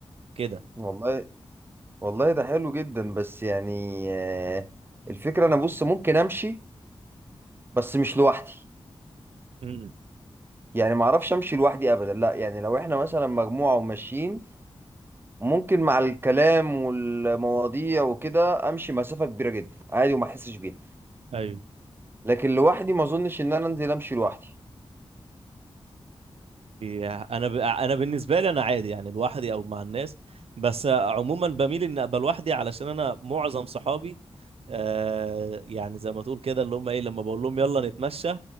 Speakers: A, on the right; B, on the right.
A: كده
B: والله والله ده حلو جدا بس يعني آه، الفكرة انا بص ممكن امشي بس مش لوحدي
A: امم
B: يعني ما اعرفش امشي لوحدي ابدا لا يعني لو احنا مثلا مجموعة وماشيين ممكن مع الكلام والمواضيع وكده امشي مسافة كبيرة جدا عادي وما احسش بيها
A: ايوه
B: لكن لوحدي ما اظنش ان انا انزل امشي لوحدي
A: يا- انا ب... انا بالنسبه لي انا عادي يعني لوحدي او مع الناس بس عموما بميل ان ابقى لوحدي علشان انا معظم صحابي آه يعني زي ما تقول كده اللي هم ايه لما بقول لهم يلا نتمشى